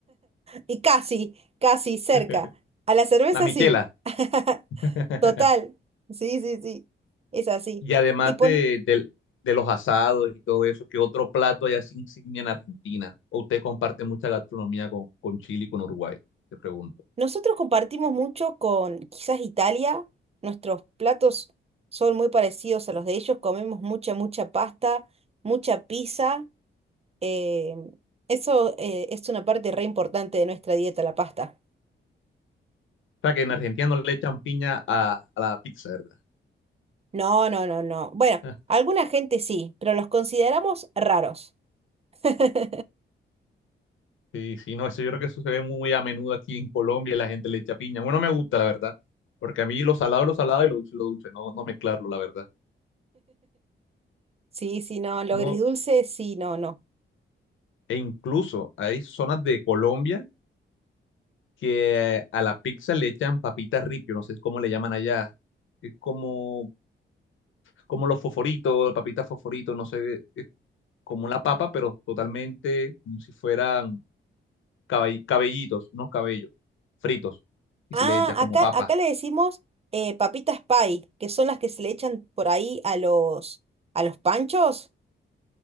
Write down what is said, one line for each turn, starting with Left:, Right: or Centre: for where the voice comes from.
Right: Y casi, casi cerca.
Left: <laughs>
Right: A la cerveza
Left: la michela.
Right: sí. <laughs>
Left: <laughs>
Right: Total. Sí, sí, sí. Es así.
Left: Y además
Right: Y pon-
Left: de, del- de los asados y todo eso, ¿qué otro plato hay así insignia en Argentina? ¿O usted comparte mucha gastronomía con, con Chile y con Uruguay? Te pregunto.
Right: Nosotros compartimos mucho con quizás Italia, nuestros platos son muy parecidos a los de ellos, comemos mucha, mucha pasta, mucha pizza, eh, eso eh, es una parte re importante de nuestra dieta, la pasta.
Left: O sea, que en Argentina no le echan piña a, a la pizza, ¿verdad?
Right: No, no, no, no. Bueno,
Left: Ah,
Right: alguna gente sí, pero los consideramos raros. <laughs>
Left: Sí, sí, no, eso yo creo que eso se ve muy a menudo aquí en Colombia, la gente le echa piña. Bueno, me gusta, la verdad, porque a mí lo salado es lo salado y lo dulce es lo dulce, no, no mezclarlo, la verdad.
Right: Sí, sí, no, lo
Left: No,
Right: agridulce, sí, no, no.
Left: e incluso hay zonas de Colombia que a la pizza le echan papita ripio, no sé cómo le llaman allá. Es como como los fosforitos, papitas fosforitos, no sé, es como una papa, pero totalmente como si fueran cabell- cabellitos, unos cabellos fritos, y
Right: Ah,
Left: se le echa como
Right: acá,
Left: papa.
Right: acá le decimos eh, papitas pie, que son las que se le echan por ahí a los, a los panchos.